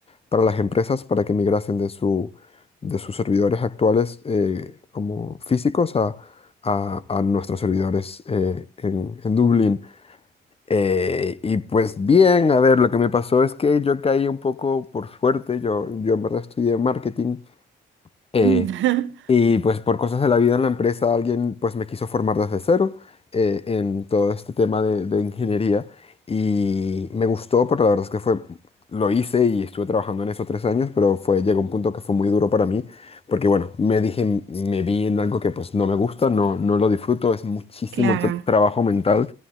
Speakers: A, on the left; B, on the right.
A: para las empresas para que migrasen de su, de sus servidores actuales eh, como físicos a, a- a nuestros servidores eh, en, en Dublín. Eh, y pues bien, a ver, lo que me pasó es que yo caí un poco por suerte, yo, yo en verdad estudié marketing eh,
B: Mm,
A: y pues por cosas de la vida en la empresa alguien pues me quiso formar desde cero eh, en todo este tema de, de ingeniería y me gustó, pero la verdad es que fue, lo hice y estuve trabajando en eso tres años, pero fue, llegó un punto que fue muy duro para mí porque bueno, me dije, me vi en algo que pues no me gusta, no, no lo disfruto, es muchísimo
B: <laughs> Claro,
A: tra- trabajo mental,